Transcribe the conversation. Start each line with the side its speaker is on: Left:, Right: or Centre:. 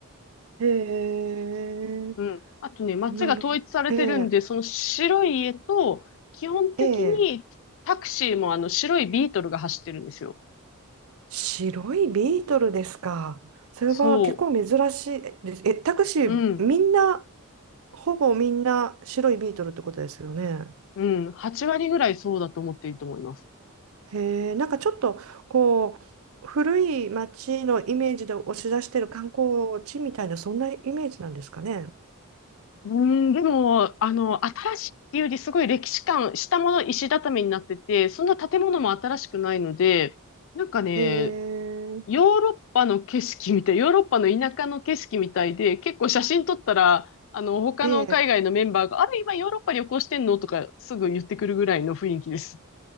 Right: ー、えー、
Left: うん。あとね、町が統一されてるんで、
Right: なるほど。え
Left: その白い家と、基本的にタクシーもあの白いビートルが走ってるんですよ。
Right: ー、えー、白いビートルですか。それは結構珍しいです。
Left: そ
Right: え、タクシー、
Left: う。うん。
Right: みんな、ほぼみんな白いビートルってことですよね。
Left: うん。8割ぐらいそうだと思っていいと思います。
Right: へえなんかちょっと、こう、古い街のイメージで押し出してる観光地みたいな、そんなイメージなんですかね。
Left: うん、でも、あの、新しいっていうより、すごい歴史感、下も石畳になってて、そんな建物も新しくないので、なんかね、
Right: へえ
Left: ヨーロッパの景色みたい、ヨーロッパの田舎の景色みたいで、結構写真撮ったら、あの、他の海外のメンバーが、
Right: ええ
Left: あれ、今ヨーロッパ旅行してんのとか、すぐ言ってくるぐらいの雰囲気です。